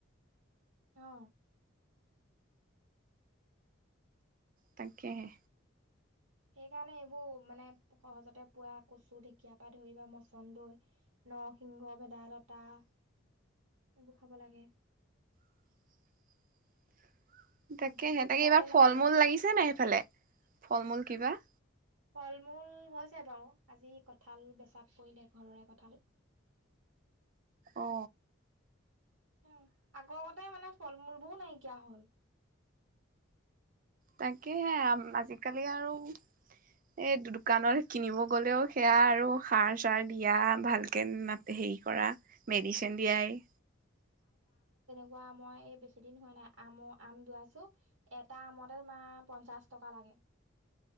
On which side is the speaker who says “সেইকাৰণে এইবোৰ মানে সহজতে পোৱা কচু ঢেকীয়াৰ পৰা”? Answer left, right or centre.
Right